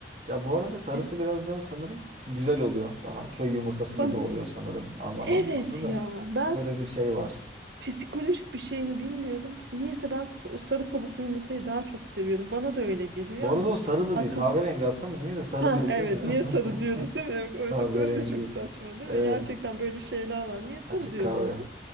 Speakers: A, on the right; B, on the right.
A: Ya bu arada sarısı
B: Es-
A: biraz daha sanırım güzel oluyor. Daha köy yumurtası gibi
B: bana,
A: oluyor sanırım. Anlamadım
B: Evet
A: nasıl da.
B: ya ben
A: Böyle bir şey var.
B: psikolojik bir şey mi bilmiyorum. Niyeyse ben s- o sarı kabuklu yumurtayı daha çok seviyorum. Bana da öyle geliyor
A: Bu arada
B: ama
A: o sarı da
B: akıl...
A: değil. Kahverengi aslında mı? Niyeyse sarı
B: Ha
A: diyoruz
B: evet
A: değil mi?
B: niye sarı diyoruz değil mi?
A: <laughs>
B: Evet evet,
A: Kahverengi.
B: o kadar da çok saçma değil
A: Evet.
B: mi? Gerçekten böyle şeyler var. Niye sarı
A: Açık
B: diyoruz
A: kahve.
B: ona?